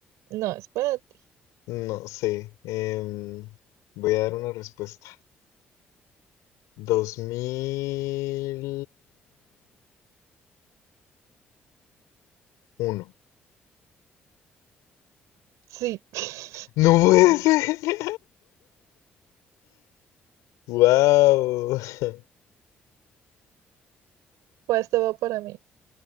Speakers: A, on the right; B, on the left.
A: No, es para ti.
B: No sé, em, voy a dar una respuesta. dos mil uno
A: Sí. <laughs>
B: No puede ser. <laughs> Wow. <laughs>
A: Pues esto va para mí.